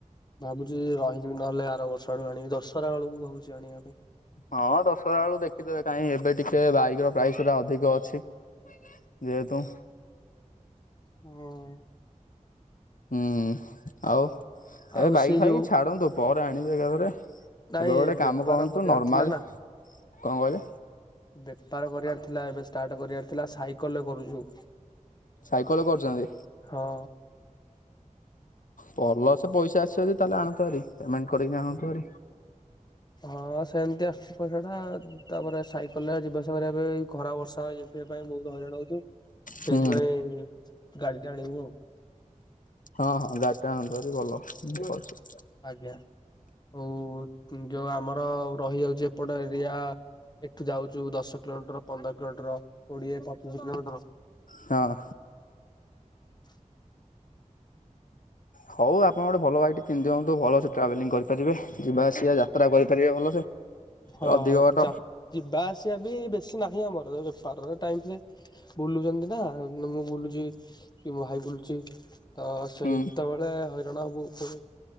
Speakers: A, on the left; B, on the left.
A: ଭାବୁଛି ରହିଯିବି ନହେଲେ ଆର ବର୍ଷ ଆଡକୁ ଆଣିବି ଦଶହରା ବେଳକୁ। କହୁଛି ଆଣିବା ପାଇଁ।
B: ହଁ ଦଶହରା ବେଳୁକୁ ଦେଖିଦେବେ କାହିଁ ଏବେ ଟିକେ ବାଇକ ର ପ୍ରାଇସ ଗୁରା ଅଧିକ ଅଛି। ଯେହେତୁ।
A: ଉଁ।
B: ହୁଁ ଆଉ
A: ଆଉ
B: ଏ ବାଇକ
A: ସେ
B: ଫାଇକ
A: ଯୋଉ
B: ଛାଡନ୍ତୁ ପରେ ଆଣିବେ ଏକାଥରେ।
A: ନାଇଁ
B: ଏବେ ଗୋଟେ
A: ଏ
B: କାମ
A: ବେପାର
B: କରନ୍ତୁ
A: କରିବାର
B: ନର୍ମାଲ
A: ଥିଲା ନା
B: କଣ କହିଲେ
A: ବେପାର କରିବାର। ଥିଲା ଏବେ ଷ୍ଟାର୍ଟ କରିବାର ଥିଲା ସାଇକେଲରେ କରୁଛୁ।
B: ସାଇକେଲ କରୁଛନ୍ତି
A: ହଁ।
B: ଭଲ ସେ ସେ ପଇସା ଆସିବ ଯଦି ତାହେଲେ ଆଣନ୍ତୁ ହାରି ପେମେଣ୍ଟ କରିକି ଆଣନ୍ତୁହାରି।
A: ହଁ ସେମତି ଆସୁଛି ପଇସା ଟା ତାପରେ ସାଇକେଲ ରେ ଯିବା ଆସିବା କରିବା ପାଇଁ। ଖରା ବର୍ଷା ଇଏ ଫିଏ ପାଇଁ ବହୁତ ହଇରାଣ ହଉଛୁ ସେଇଥିପାଇଁ।
B: ହୁଁ
A: ଗାଡ଼ି ଟା ଆଣିବୁ ଆଉ।
B: ହଁ ହଁ ଗାଡି ଟା ଆଣନ୍ତୁ ହାରି ଭଲ ଦି
A: ଆଜ୍ଞା ଆଉ ଯୋଉ ଆମର ରହିଯାଉଛି ଏପଟ ଏରିଆ ଏଠୁ ଯାଉଚୁ ଦଶ କିଲୋମିଟର ପନ୍ଦର କିଲୋମିଟର କୋଡିଏ ପଚିଶ କିଲୋମିଟର।
B: ହଁ।
A: <inaudible>
B: ହଉ ଆପଣ ଗୋଟେ ଭଲ ବାଇକ୍ ଟେ କିିଣିଦିଅନ୍ତୁ। ଭଲସେ ଟ୍ରାଭେଲିଂ କରିପାରିବେ। ଯିବା ଆସିବା ଯାତ୍ରା କରିପାରିବେ ଭଲସେ।
A: ହଁ।
B: ଅଧିକ ବାଟ
A: ଯା ଯିବା ଆସିବା ପି ବେଶୀ ନାହିଁ ଆମର। <unintelligible> ବୁଲୁଛନ୍ତି ନା ମୁଁ ବୁଲୁଚି କି ମୋ ଭାଇ ବୁଲୁଚି। ତ ସେତେବେଳେ
B: ହୁଁ
A: ହଇରାଣ ହବୁ। ପୁଣି